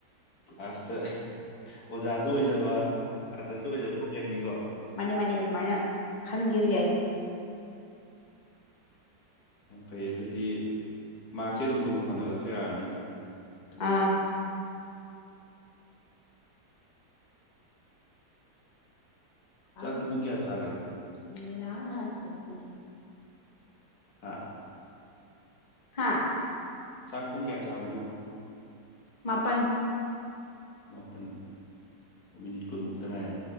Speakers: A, on the left; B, on the left.
A: ꯂꯥꯁꯇ ꯑꯣꯖꯥꯁꯨ ꯑꯣꯏꯖꯕ ꯁꯥꯇ꯭ꯔꯁꯨ ꯑꯣꯏꯖꯕ ꯑꯣꯏꯔꯦꯝꯅꯤꯀꯣ
B: ꯃꯥꯅꯤ ꯃꯥꯅꯤ ꯑꯗꯨꯃꯥꯏꯅ ꯈꯟꯒꯦꯁꯨ ꯌꯥꯏꯌꯦ
A: ꯌꯥꯝ ꯐꯩ ꯑꯗꯨꯗꯤ ꯃꯥꯔꯛꯁꯦ ꯑꯗꯨꯝ ꯐꯨꯜ ꯐꯪꯍꯜꯂꯁꯨ ꯌꯥꯔꯅꯤꯅꯦ
B: ꯑꯥ UNINTELLIGIBLE
A: ꯆꯥꯛꯇꯤ ꯄꯨꯡ ꯀꯌꯥ ꯆꯥꯒꯦ ꯍꯥꯥ
B: ꯍꯥꯥ
A: ꯆꯥꯛ ꯄꯨꯡ ꯀꯌꯥ ꯆꯥꯕꯅꯣ
B: ꯃꯥꯄꯜ
A: ꯃꯥꯄꯜ ꯃꯤꯅꯤꯠ ꯀꯨꯟꯃꯨꯛꯇ ꯉꯥꯏꯔꯦ